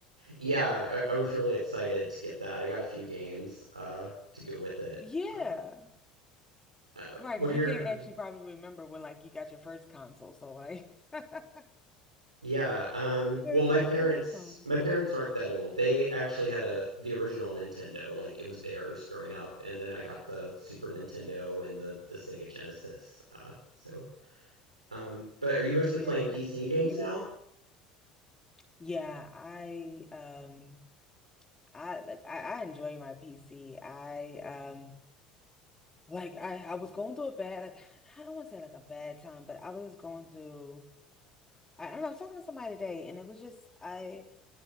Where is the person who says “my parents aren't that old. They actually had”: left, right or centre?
Right